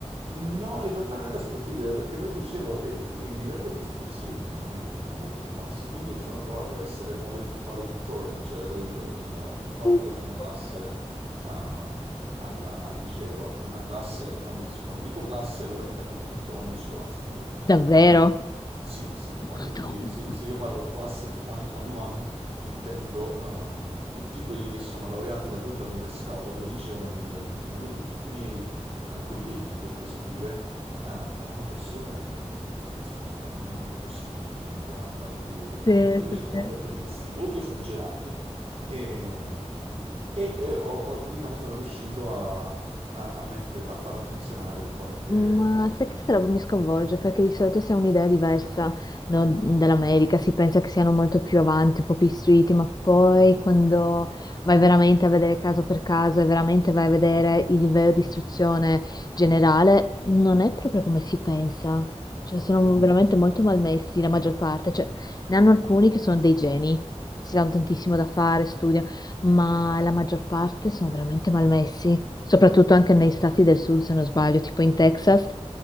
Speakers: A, on the right; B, on the left.
A: No, in realtà non era sportiva, perché poi ti dicevo, eh, il livello di istruzione in America è molto basso, quindi io mi sono trovato a essere valed- valedictorian, cioè ero il, il, um, top
B: <laughs>
A: della mia classe um, alla- al liceo, una classe, quando, quando dico classe loro intendono tutto l'anno scolastico,
B: Davvero?
A: Uh, quindi sì, sì, qua-
B: Madonna.
A: quindi sì, se io parlo class of 2021 intendo um, tutti quelli che si sono laureati da quella università o da quel liceo nel 2021, quindi tutti i miei eh, colleghi, per così dire, eh, erano persone, insomma, no- no- non così in gamba con i voti e quant'altro.
B: Sì,
A: Quindi
B: sì,
A: mi sono trovato
B: sì.
A: a prendere questi voti esagerati e, e- e ho- ho- diciamo, sono riuscito a, a, a mette- a far attenzionare qualche,
B: Ma
A: qualche...
B: sai che questa roba mi sconvolge perché di solito si ha un'idea diversa, no, dell'America, si pensa che siano molto più avanti, un po' più istruiti, ma poi quando vai veramente a vedere caso per caso e veramente vai a vedere il livello di istruzione generale, non è proprio come si pensa. Cioè, sono
A: No.
B: veramente molto malmessi la maggior parte, cioè ne hanno alcuni che sono dei geni, si danno tantissimo
A: Sì,
B: da fare, studiano, ma la maggior parte sono veramente malmessi soprattutto anche negli stati del sud, se non sbaglio, tipo in Texas,